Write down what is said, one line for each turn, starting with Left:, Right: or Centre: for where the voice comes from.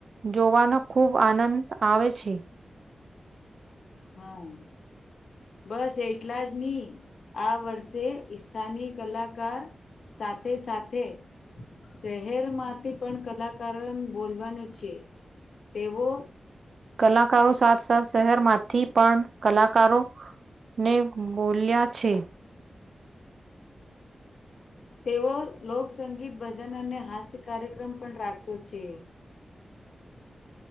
Right: જોવાનો ખુબ આનંદ આવે છે.
Left: હા. બસ એટલા જ નહી આ વર્ષે સ્થાની કલાકાર સાથે સાથે. શહેર માંથી પણ કલાકારો બોલવાનું છે. તેવો.
Right: કલાકારો સાથસાથ શહેરમાંથી પણ. કલાકારો ને બોલ્યા છે.
Left: તેઓ લોકસંગીત ભજન અને હાસ્ય કાર્યક્રમ પણ રાખ્યો છે.